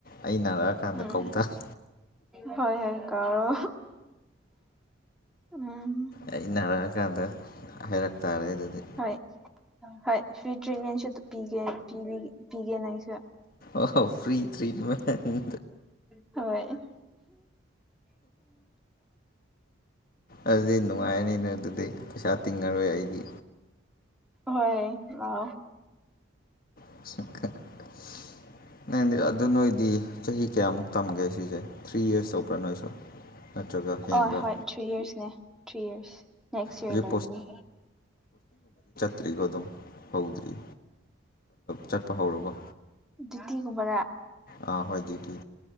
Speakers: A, on the left; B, in the centre.
A: ꯑꯩ ꯅꯥꯔꯛꯑꯀꯥꯟꯗ
B: ꯎꯝ
A: ꯀꯧ ꯇꯥꯔꯦ
B: ꯍ ꯍ ꯀꯥꯔꯣ ꯎꯝ
A: ꯑ ꯅꯥꯔꯛꯑꯀꯥꯟꯗ ꯍꯥꯏꯩꯔꯛ ꯇꯥꯔꯦ ꯑꯗꯨꯗꯤ
B: ꯍꯣꯏ ꯍꯣꯏ ꯐ꯭ꯔꯤ ꯇ꯭ꯔꯤꯠꯃꯦꯟꯁꯨ ꯄꯤꯒꯦ ꯄꯤꯒꯦꯅ ꯑꯩꯁꯨ
A: ꯑꯣ ꯐ꯭ꯔꯤ ꯇ꯭ꯔꯤꯠꯦꯟ
B: ꯍꯣꯏ
A: ꯑꯗꯨꯗꯤ ꯅꯨꯡꯉꯥꯏꯔꯅꯤꯅꯦ ꯑꯗꯨꯗꯤ ꯄꯩꯁꯥ ꯇꯤꯡꯉꯔꯣꯏ ꯑꯩꯗꯤ
B: ꯍꯣꯏ ꯂꯥꯎ
A: <unintelligible> ꯅꯪꯗꯤ ꯑꯗꯨ ꯅꯣꯏꯗꯤ ꯆꯍꯤ ꯀꯌꯥꯃꯨꯛ ꯇꯝꯒꯦ ꯁꯤꯁꯦ ꯊ꯭ꯔꯤ ꯌꯔꯁ ꯇꯧꯕ꯭ꯔꯥ ꯅꯣꯏꯁꯨ ꯅꯠꯇ꯭ꯔꯒ ꯍꯦꯟꯕ꯭ꯔ
B: ꯑ ꯍꯣꯏ ꯊ꯭ꯔꯤ ꯏꯔꯁꯅꯦ ꯊ꯭ꯔꯤ ꯏꯔꯁ ꯅꯦꯛꯁ ꯏꯔ
A: ꯍꯧꯖꯤꯛ
B: ꯂꯣꯏꯒꯅꯤ
A: ꯐꯠꯇ꯭ꯔꯤꯒ ꯑꯗꯨꯝ ꯍꯧꯧꯗ꯭ꯔꯤ ꯆꯠꯄ ꯍꯧꯔꯕ
B: ꯗ꯭ꯌꯨꯇꯤꯒꯨꯝꯕꯔ
A: ꯑꯥ ꯍꯣꯏꯗꯤꯗꯤ